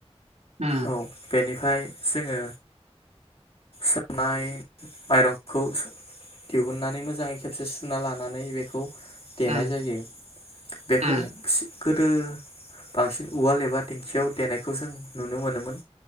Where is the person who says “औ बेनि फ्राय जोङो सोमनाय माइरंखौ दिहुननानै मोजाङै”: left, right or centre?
Left